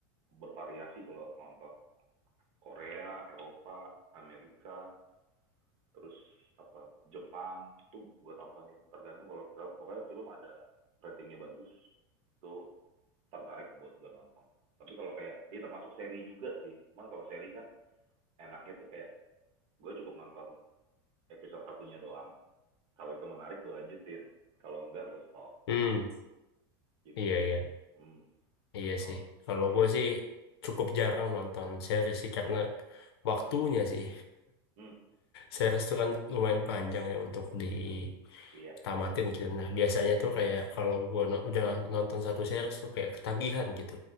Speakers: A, on the right; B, on the left.
A: bervariasi kalau nonton Korea Eropa Amerika terus apa Jepang tuh gue tontonin tergantung kalau misal pokoknya film ada ratingnya bagus itu tertarik buat gue nonton tapi kalau kayak ini termasuk seri juga sih cuman kalau seri kan enaknya tuh kayak gue cukup nonton episode satunya doang kalau itu menarik gue lanjutin kalau enggak gue stop
B: Hmm
A: gitu
B: iya iya
A: hmm
B: iya
A: Kalau
B: sih. Kalau
A: iya.
B: gue
A: Dok.
B: sih cukup jarang nonton seri sih karena waktunya sih.
A: hmm
B: Series tuh kan lumayan panjang ya untuk ditamatin
A: iya
B: gitu. Nah, biasanya tuh kayak kalau gua no- udah nonton satu series tuh kayak ketagihan gitu.